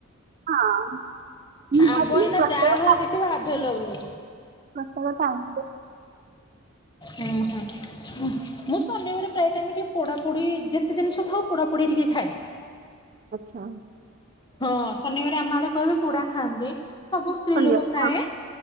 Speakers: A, on the right (about 40°); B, on the left (about 20°).
A: ହଁ ନିହାତି
B: ଆମ୍ବ ଏଇନା
A: ପ୍ରତ୍ୟେକ
B: ଯାହା ଘରେ ଦେଖିବ ଆଭେଲବୁଲ
A: ମତେ ମ ଆ <inaudible>
B: ଉଁ ହୁଁ ମୁଁ ଶନିବାର ପ୍ରାୟ ଟାଇମ ଆମେ ଟିକେ ପୋଡାପୋଡି ଯେତେ ଜିନିଷ ଥାଉ ପୋଡାପୋଡି ଟିକେ ଖାଏ
A: ଆଚ୍ଛା
B: ହଁ ଶନିବାର ଆମ ଆଡେ କହିବେ ପୋଡା ଖାଆନ୍ତି ସବୁ ସ୍ତ୍ରୀ
A: ଧନ୍ୟବାଦ।
B: ଲୋକ ପ୍ରାୟ